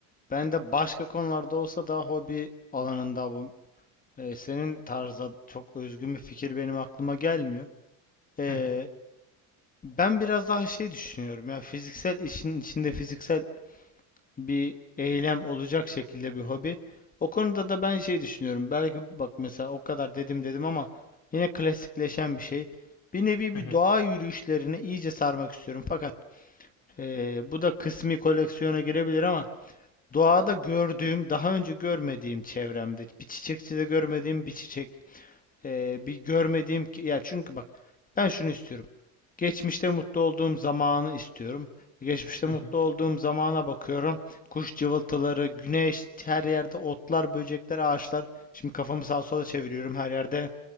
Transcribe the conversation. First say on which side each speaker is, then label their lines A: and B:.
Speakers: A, on the left; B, on the left.
A: bende başka konularda olsa da hobi alanında bu. E, senin tarza çok özgün bir fikir benim aklıma gelmiyor. E,
B: Hı hı,
A: ben biraz daha şey düşünüyorum ya fiziksel işin içinde fiziksel bir eylem olacak şekilde bir hobi. O konuda da ben şey düşünüyorum. Belki bak mesela o kadar dedim dedim ama yine klasikleşen bir şey. Bir nevi
B: hı
A: bir
B: hı,
A: doğa yürüyüşlerini iyice sarmak istiyorum. Fakat eee, bu da kısmi koleksiyona girebilir ama doğada gördüğüm, daha önce görmediğim çevremde bir çiçekçide görmediğim bir çiçek ee, bir görmediğim ki ya çünkü bak ben şunu istiyorum. Geçmişte mutlu olduğum zamanı istiyorum. Geçmişte
B: hı
A: mutlu
B: hı.
A: olduğum zamana bakıyorum. Kuş cıvıltıları, güneş, her yerde otlar, böcekler, ağaçlar. Şimdi kafamı sağa sola çeviriyorum her yerde.